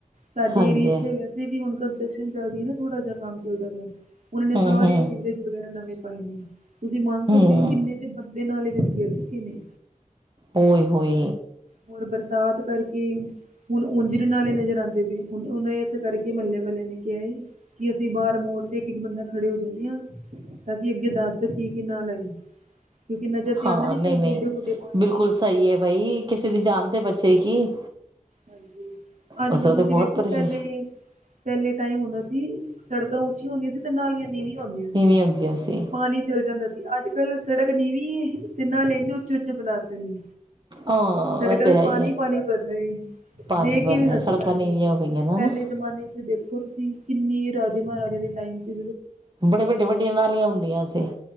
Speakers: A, on the right; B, on the right.
A: ਸਾਡੇ
B: ਹਾਂਜੀ
A: ਏਰੀਏ ਤੇ ਇਥੇ ਵੀ ਹੁਣ ਕੰਸਟਰਕਸ਼ਨ ਚੱਲਦੀ ਨਾ ਥੋੜਾ ਜਿਹਾ ਕੰਮ ਚੱਲਦਾ ਪਿਆ, ਓਹਨਾ ਨੇ
B: ਹੂੰ
A: ਸਾਰੇ
B: ਹੂੰ
A: ਰਿਸੀਵਰ ਵਗੈਰਾ ਨਵੇਂ ਪਾਏ ਨੇ, ਤੁਸੀਂ ਮੰਨ ਸਕਦੇ
B: ਹੂੰ
A: ਹੋ ਕਿੰਨੇ ਦੇ ਬੰ ਦੇ ਨਾਲੇ ਵਿੱਚ ਗਿਰ ਚੁੱਕੇ ਨੇ।
B: ਓਏ ਹੋਏ।
A: ਹੋਰ ਬਰਸਾਤ ਕਰਕੇ। ਕਿ ਹੁਣ ਉਂਝ ਨੀ ਨਾਲੇ ਨਜ਼ਰ ਆਦੇ ਪਏ, ਹੁਣ ਉਹਨ ਇਸ ਕਰਕੇ ਮਹੱਲੇ ਵਾਲੇ ਨੇ ਕਿਹਾ ਏ ਕਿ ਅਸੀਂ ਬਾਹਰ ਮੋੜ ਤੇ ਇੱਕ-ਇੱਕ ਬੰਦਾ ਖੜੇ ਹੋ ਜਾਂਦੇ ਆ। ਤਾਂ ਕਿ ਅੱਗੇ ਦੱਸ ਸਕੀਏ ਕੀ ਨਾਲਾ ਏ। ਕਿਉਂਕਿ ਨਜ਼ਰ ਤੇ
B: ਹਾਂ
A: ਆਂਦਾ ਨੀ
B: ਨਹੀਂ
A: ਪਿਆ,
B: ਨਹੀਂ
A: ਗੋਡੇ-ਗੋਡੇ ਪਾਣੀ
B: ਬਿਲਕੁਲ
A: ਏ।
B: ਸਹੀ ਏ ਬਾਈ ਕਿਸੇ ਦੀ ਜਾਣ ਤੇ ਬਚੇਗੀ।
A: ਹਾਂਜੀ, ਅੱਜ-ਕੱਲ
B: ਉਸ ਤਰ੍ਹਾਂ
A: ਤੁਸੀਂ
B: ਤੇ ਬਹੁਤ
A: ਵੇਖੋ
B: ਪਰੇਸ਼ਾਨ
A: ਪਹਿਲੇ ਪਹਿਲੇ ਟਾਈਮ ਹੁੰਦਾ ਸੀ ਸੜਕਾਂ ਉੱਚੀਆਂ ਹੁੰਦੀਆਂ ਸੀ ਤੇ ਨਾਲੀਆਂ ਨੀਵੀਆਂ ਵੀਆ ਹੁੰਦੀਆਂ
B: ਨੀਵੀਆਂ
A: ਸੀ,
B: ਸੀ
A: ਪਾਣੀ ਚਲ ਜਾਂਦਾ ਅੱਜ ਕੱਲ ਸੜਕ ਨੀਵੀਂ ਏ ਤੇ ਨਾਲੇ ਐਨੇ ਉੱਚੇ-ਉੱਚੇ ਬਣਾਤੇ ਨੇ
B: ਹਾਂ
A: ਸੜਕਾਂ
B: ਉਹ
A: ਤੇ
B: ਹੈ
A: ਪਾਣੀ-ਪਾਣੀ
B: ਹੀ ਹੈ
A: ਭਰਨਾ ਏ
B: ਪਾਣੀ
A: ਦੇ
B: ਭਰਨਾ
A: ਕੇ ਵੀ ਹਸੀ
B: ਸੜਕਾਂ
A: ਆਂਦੀ
B: ਨੀਵੀਆਂ
A: ਏ,
B: ਹੋ ਗਈਆਂ ਨਾ
A: ਪਹਿਲੇ
B: ਨਾ
A: ਜਮਾਨੇ ਚ ਦੇਖੋ ਤੁਸੀਂ ਕਿੰਨੀ ਰਾਜੇ ਮਹਾਰਾਜਿਆਂ ਦੇ ਟਾਈਮ ਤੇ।
B: ਬੜੇ ਵੱਡੇ ਵੱਡੀਆਂ ਨਾਲੀਆਂ ਹੁੰਦੀਆਂ ਸੀ।